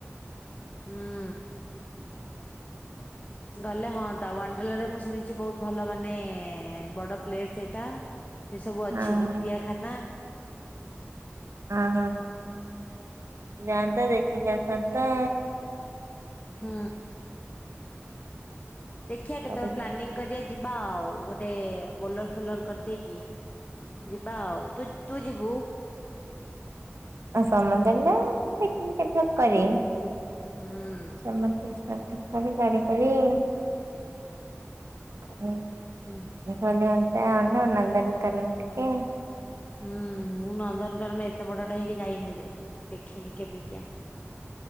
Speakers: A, on the left; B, on the right.
A: ହୁଁ। ଗଲେ ହନ୍ତା ୱାଣ୍ଡେଲା ରେ ମୁଁ ଶୁଣିଚି ବହୁତ ଭଲ ମାନେ ବଡ ପ୍ଲେସ ସେଟା। ସେ ସବୁ ଅଛି
B: ଆଉ।
A: ଭୁତିଆଖାନା।
B: ହଁ ହଁ। ଯାଆନ୍ତା ଦେଖିକି ଆସନ୍ତା।
A: ହୁଁ। ଦେଖିଆ କେତେବେଳେ
B: ହୁଁ
A: ପ୍ଲାନିଂ କରିବା ଯିବା ଆଉ ଗୋଟେ ବୋଲର ଫୋଲର କରିଦେଇକି। ଯିବା ଆଉ ତୁ ତୁ ଯିବୁ?
B: ଆଉ ସମସ୍ତେ ଯିବା ପିକନିକ୍ ଫିକିନିକ୍ କରି।
A: ହୁଁ।
B: <unintelligible>
A: ହୁଁ।
B: <unintelligible> ନନ୍ଦନକାନନ ଟିକେ।
A: ହୁଁ ମୁଁ ନନ୍ଦନକାନନ ଏତେ ବଟ ଟା ହେଇକି ଯାଇନି ଏଯାଏ ଦେଖିନି କେମିତିଆ।